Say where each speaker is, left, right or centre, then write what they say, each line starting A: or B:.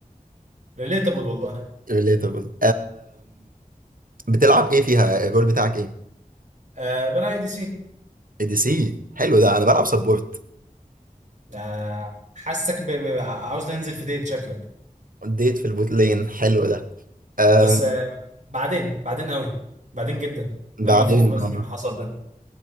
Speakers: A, on the right (about 55°); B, on the right (about 70°).
A: ريليتابل والله
B: ريليتابل بتلعب إيه فيها الرول بتاعك إيه؟
A: آه بلا اي دي سي
B: اي دي سي حلو ده أنا بلعب سبورت
A: آه حاسك ب... ب... عاوز ننزل في ديت شكلك
B: اديت في البوت لين حلو ده أم،
A: بس آه بعدين بعدين قوي بعدين جدا
B: بعدين
A: لما فوق بس
B: آه،
A: من اللي حصل ده